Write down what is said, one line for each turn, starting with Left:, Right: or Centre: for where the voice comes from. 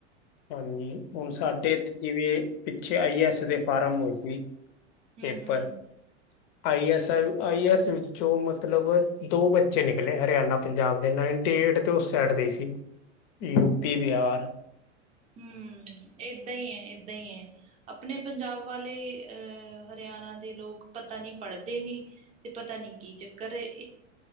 Left: ਹਾਂਜੀ ਹੁਨ ਸਾਡੇ ਏਥੇ ਜਿਵੇਂ ਪਿੱਛੇ ਆਈ ਏ ਐੱਸ ਦੇ ਫਾਰਮ ਹੋਏ ਸੀ
Right: ਹਮ
Left: ਪੇਪਰ-
Right: ਹਮ
Left: ਆਈ ਐਸ-ਆਈ ਐੱਸ ਵਿੱਚੋਂ ਮਤਲਬ ਦੋ ਬੱਚੇ ਨਿਕਲੇ ਹਰਿਆਨਾ, ਪੰਜਾਬ ਦੇ ਨਏ ਏਟ ਤੋਂ ਉਸ ਸੈਡ ਗਈ ਸੀ ਯੂਪੀ ਬਿਹਾਰ
Right: ਹੂੰ ਏਦਾਂ ਈ ਐ-ਏਦਾਂ ਈ ਐ ਆਪਨੇ ਪੰਜਾਬ ਵਾਲੇ ਅਹ ਹਰਿਆਨਾ ਦੇ ਲੋਕ ਪਤਾ ਨੀ ਪੜ੍ਹਦੇ ਨੀ। ਤੇ ਪਤਾ ਨੀ ਕੀ ਚੱਕਰ ਏ